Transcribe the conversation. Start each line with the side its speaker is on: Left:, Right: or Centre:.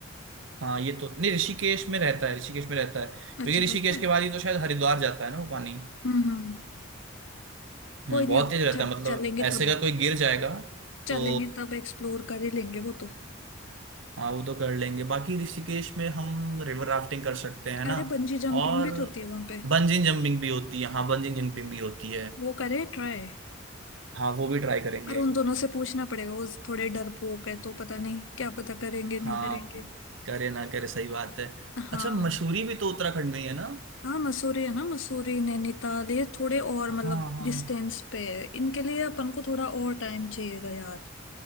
Right: हाँ ये तो नहीं ऋषिकेश में रहता है ऋषिकेश में रहता है क्योंकि
Left: अच्छा
Right: ऋषिकेश
Left: रहता है
Right: के बाद ही तो शायद हरिद्वार जाता है ना वो पानी
Left: हम्म हम्म कोई
Right: हम्म,
Left: नहीं
Right: बहुत
Left: अब
Right: तेज रहता
Left: जब
Right: है मतलब
Left: चलेंगे
Right: ऐसे
Left: तब
Right: अगर कोई गिर जाएगा
Left: चलेंगे
Right: तो
Left: तब एक्सप्लोर कर ही लेंगे वो तो
Right: हाँ वो तो कर लेंगे बाकी ऋषिकेश में हम रिवर राफ्टिंग कर सकते हैं ना
Left: अरे बंजी जंपिंग
Right: और
Left: भी तो होती है वहां पे
Right: बंजिंग जंपिंग भी होती है हाँ बंजिंग जंपिंग भी होती है
Left: वो करे ट्राई
Right: हाँ वो भी ट्राई करेंगे
Left: और उन दोनों से पूछना पड़ेगा वो थोड़े डरपोक है तो पता नहीं क्या पता करेंगे नहीं
Right: हाँ
Left: करेंगे
Right: करे ना करे सही बात है
Left: हाँ
Right: अच्छा मसूरी भी तो उत्तराखंड में ही है ना
Left: हाँ मसूरी है ना मसूरी नैनीताल ये थोड़े और
Right: हाँ
Left: मतलब
Right: हाँ
Left: डिस्टेंस पे है इनके लिए अपन को थोड़ा और टाइम चाहिएगा यार